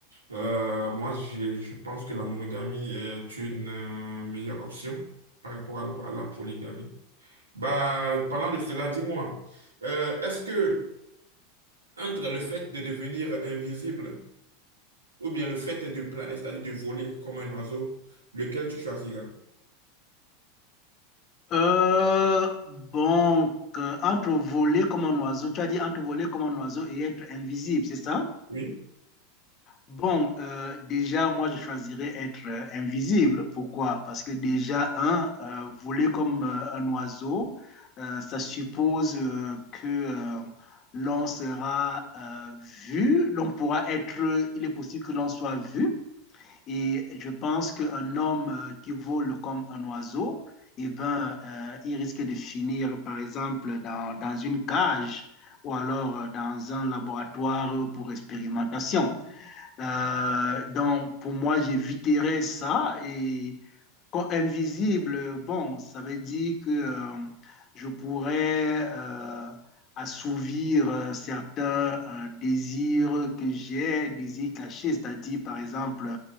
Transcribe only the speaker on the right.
Euh, moi, j'ai- je pense que la monogamie est une euh, meilleure option par rapport à, à la polygamie. Bah, parlant de cela, dis-moi, euh, est-ce que entre le fait de devenir invisible ou bien le fait de planer, c'est-à-dire de voler comme un oiseau, lequel tu choisiras?
Oui.